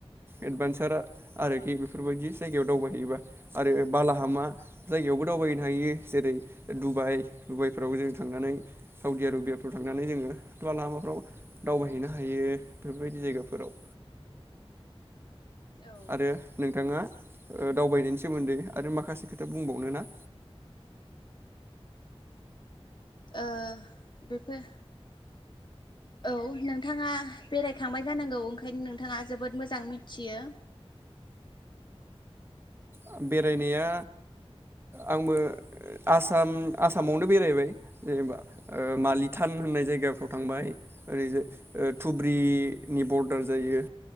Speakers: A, on the right; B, on the left.
A: एडभेनसार आरोखि बेफोरबायदि जायगायाव दावबायहैयोबा आरो बालाहामा जायगायावबो दावबायहैनो हायो जेरै डुबाइ डुबाइफ्रावबो जों थांनानै साउदि रुबियाफ्राव थांनानै जोङो थुवा लामाफ्राव दावबायहैनो हायो बेफोरबायदि जायगाफोराव
B: ओ
A: आरो नोंथाङा ओ दावबायनायनि सोमोन्दै आरो माखासे खोथा बुंबावनो ना?
B: ओ बेफोर औ नोंथाङा बेरायखांबाय जानांगौ ओंखायनो नोंथाङा जोबोद मोजां मिथियो।
A: ओ बेरायनाया आंबो आसाम आसामावनो बेरायबाय जेनेबा ओ मालिथान होननाय जायगाफ्राव थांबाय ओरैजाय ओ धुब्रिनि बरडार जायो